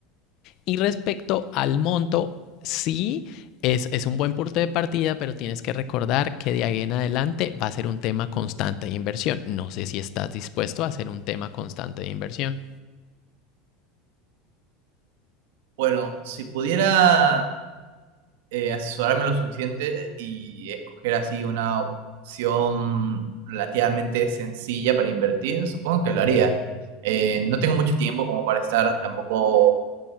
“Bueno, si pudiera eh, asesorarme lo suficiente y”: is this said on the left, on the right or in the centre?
Right